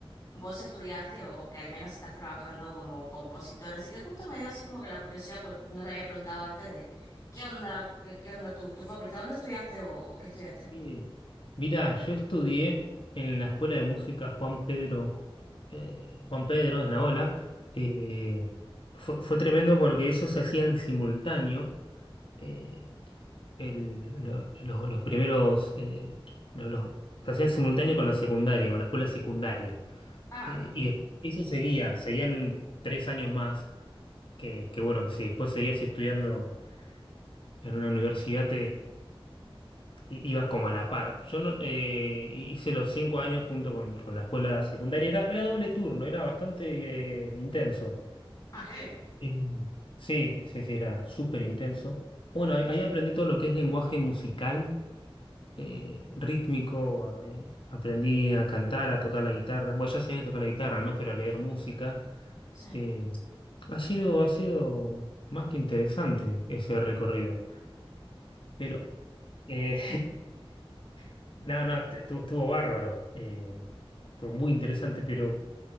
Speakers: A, on the left (about 35°); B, on the left (about 60°).
A: vos estudiaste o, o que al menos estás trabajando como compositor. así que justo me dio así como que la curiosidad, porque no te había preguntado antes de qué onda, qué, qué onda tu, tu facultad, ¿dónde estudiaste o, o qué estudiaste?
B: Bien. Mirá, yo estudié en la Escuela de Música Juan Pedro, eh, Juan Pedro de Naola. Eh, fue, fue tremendo porque eso se hacía en simultáneo. eh, el- lo- lo- los primeros, eh, lo- los- se hacía en simultáneo con la secundaria, con la escuela secundaria.
A: Ah,
B: Eh, y después eso seguía, seguían tres años más, que, que bueno, que si después seguías estudiando en una universidad i- ibas como a la par. Yo no, eh, hice los cinco años junto con, con la escuela secundaria. Era, era doble turno, era bastante eh, intenso.
A: ah, heavy.
B: Eh, sí, sí, sí, era súper intenso. Bueno, ahí, ahí aprendí todo lo que es lenguaje musical, eh, rítmico. eh, aprendí a cantar, a tocar la guitarra. Bueno, ya sabía tocar la guitarra, ¿no? Pero a leer música.
A: Sí.
B: eh, ha sido, ha sido más que interesante ese recorrido. Pero eh, <laughs> No, no, est- estuvo, estuvo bárbaro. eh, estuvo muy interesante, pero,